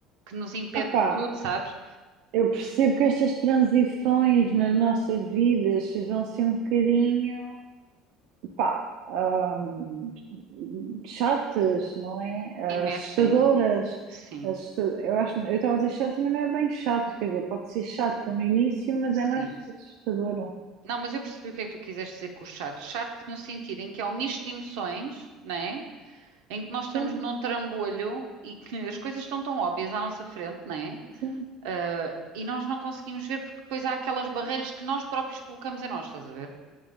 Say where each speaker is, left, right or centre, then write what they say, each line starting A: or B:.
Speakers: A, on the right; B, on the right.
A: que nos impede
B: Opá,
A: de tudo, sabes?
B: eu percebo que estas transições nas nossas vidas vão ser um bocadinho, pá, hum, chatas, não é? Ah,
A: E mexem.
B: Assustadoras.
A: Sim.
B: Assusta- Eu acho, eu estava a dizer chatas, mas não é bem chatas, quer dizer, pode ser chata
A: Hum,
B: no início, mas
A: Sim.
B: é mais assustadora.
A: Não, mas eu percebi o que é que tu quiseste dizer com o chato. Chato no sentido em que é um misto de emoções, né? Em que nós estamos
B: Sim,
A: num trambolho e que as coisas estão tão óbvias à nossa frente, né?
B: sim.
A: Ah, e nós não conseguimos ver porque depois há aquelas barreiras que nós próprios colocamos em nós, estás a ver?